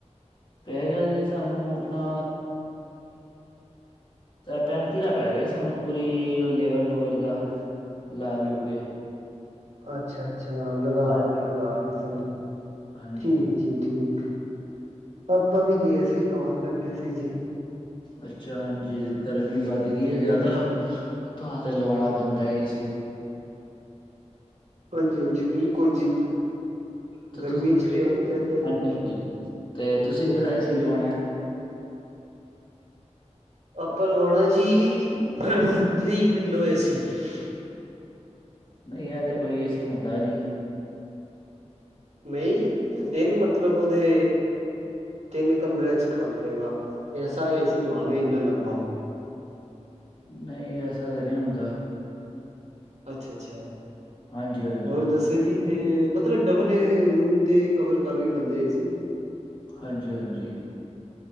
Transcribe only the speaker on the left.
ਪੈ ਗਿਆ ਸੀ ਸਾਨੂੰ ਆਪਣਾ ਪੈਂਤੀ ਦਾ ਪੈ ਗਏ ਸਾਨੂੰ ਪੂਰੀ ਲੇਵਰ ਲੂਵਰ ਦਾ ਲਾ ਲੂ ਕੇ
ਹਾਂਜੀ
ਹਾਂਜੀ
ਅੱਛਾ ਹਾਂਜੀ ਗਰਮੀ ਵੱਧ ਗਈ ਹੈ ਜ਼ਿਆਦਾ ਤਾਂ ਤੇ ਲਵਾਉਣਾ ਬੰਦਾ ਏ ਸੀ
ਤਾਂ
ਤੁਸੀਂ
ਹਾਂਜੀ ਹਾਂਜੀ ਤੇ ਤੁਸੀਂ ਕਿਹੜਾ ਏ ਸੀ ਲਵਾਉਣਾ
ਨਹੀਂ ਇਹ ਤੇ ਕੋਈ ਏਸੀ ਹੁੰਦਾ ਨਹੀਂ
ਨਹੀਂ ਐਸਾ ਤਾਂ ਨਹੀਂ ਹੁੰਦਾ
ਹਾਂਜੀ ਹਾਂਜੀ
ਹਾਂਜੀ-ਹਾਂਜੀ।